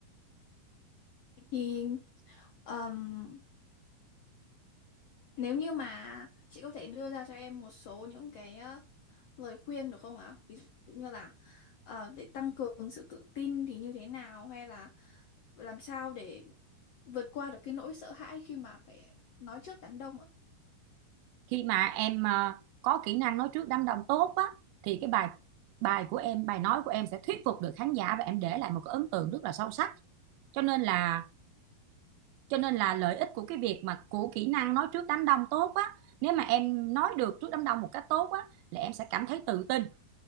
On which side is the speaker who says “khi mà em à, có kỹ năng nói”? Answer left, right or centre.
Right